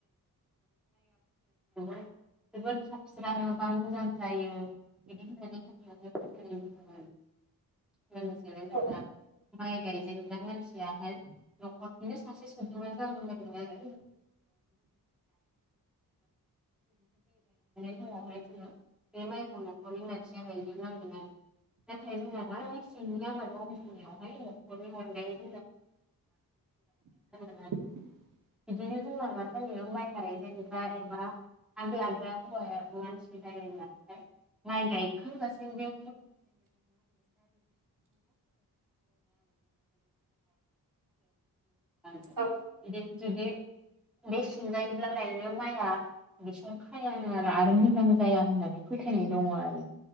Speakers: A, in the centre; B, on the right.
A: <unintelligible> जोबोद साबस्राङो बा मोजां जायो। बिदि <unintelligible> लोगोसेनो जोंना
B: औ
A: माइ गायजेनना मानसियाहाय न'खरनिनो सासे <unintelligible> <unintelligible> गायजेननाय समावहाय जोङो बे माइखौ न'खरनि मानसिया गायनो नांगोन आरो। नाथाय जोंना मा सिंनि आबाद मावनायावहाय न'खरनि अनगायै
B: <inaudible>
A: <unintelligible> <unintelligible> बिदिनो जोंना जायो <unintelligible> आग लाग्रा <unintelligible> माइ गायखांगासिनो बे <unintelligible> <unintelligible>
B: औ
A: जुदि बे <unintelligible> जायोब्ला लायनो माइआ बिसोर खायानो आरो आरो मोजां जाया होननानै फोथायनाय दङ आरो